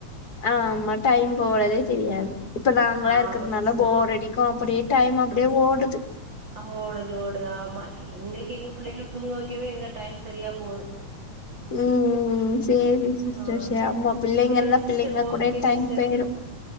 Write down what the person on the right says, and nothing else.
ஆமா
சிஸ்டர்
ஆ ஓடுது ஓடுது ஆமா எங்ளுக்கு எங்க பிள்ளைங்கள் தூங்க வக்கவே எங்க டைம் சரியா போது
ஆ
சேரி
சிஸ்டர் ஓகே
சிஸ்டர்